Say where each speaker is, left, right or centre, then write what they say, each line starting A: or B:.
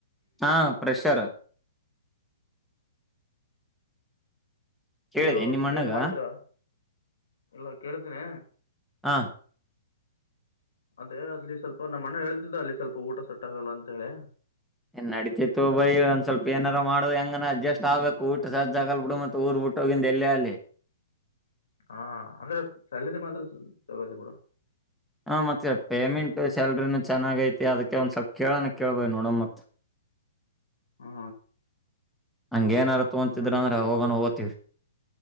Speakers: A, in the centre; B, on the left.
A: ಹಾ ಪ್ರೆಷರ್. ಕೇಳಿದೆ
B: ಇವ
A: ನಿಮ್ಮ
B: ಫೀಲ್ಡ್
A: ಅಣ್ಣಗ
B: ಮಾಡ್ತೀರಾ. ಇಲ್ಲ ಕೇಳತೇನ
A: ಹಾ.
B: ಅದೇ ಅಲ್ಲಿ ಸ್ವಲ್ಪ ನಮ್ಮ ಅಣ್ಣ ಹೇಳ್ತಿದ್ದ ಅಲ್ಲಿ ಸ್ವಲ್ಪ ಊಟ ಸೆಟ್ ಆಗಲ್ಲ ಅಂತ ಹೇಳಿ.
A: ಏ ನಡೆತೈತಿ ತೊಗೊ ಬೈ ಒಂದ್ ಸ್ವಲ್ಪ ಏನಾರ ಮಾಡದು ಹೆಂಗನ ಅಡ್ಜಸ್ಟ್ ಆಗ್ಬೇಕು ಊಟ ಸಜ ಆಗಲ ಬಿಡು ಮತ್ತ ಊರ ಬಿಟ್ಟೋಗಿಂದ ಎಲ್ಲೆ ಆಗ್ಲಿ.
B: ಹಾ ಅಂದ್ರ ಸಾಲರಿ ಮಾತ್ರ ಚಲೋ ಐತೆ ಬಿಡು.
A: ಹಾ ಮತ್ತೆ ಪೇಮೆಂಟು ಸ್ಯಾಲರಿನು ಚೆನ್ನಾಗ ಐತಿ ಅದಕ್ಕೆ ಒಂದ್ ಸ್ವಲ್ಪ ಕೇಳಣ ಕೇಳ ಬೈ ನೋಡುನು ಮತ್ತ.
B: ಹಾ
A: ಹಂಗ ಏನಾರ ತೊಂಗತಿದ್ರ
B: ನಮ್ಗೆ
A: ಅಂದ್ರೆ ಹೋಗೋನ ಹೋತೀವಿ.